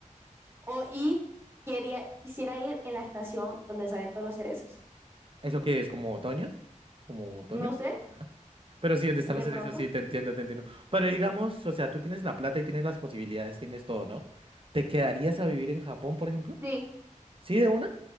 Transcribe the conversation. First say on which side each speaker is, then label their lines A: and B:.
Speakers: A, on the right; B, on the right.
A: O y quería, quisiera ir en la estación donde salen todos los cerezos.
B: ¿Eso qué es? ¿Como otoño? Como otoño,
A: No
B: primavera.
A: sé,
B: Pero sí, ¿dónde están
A: de
B: los
A: pronto.
B: cerezos? Sí, te entiendo, te entiendo. Pero digamos, o sea, tú tienes la plata y tienes las posibilidades, tienes todo, ¿no? ¿Te quedarías a vivir en Japón, por ejemplo?
A: Sí,
B: ¿Sí, de una?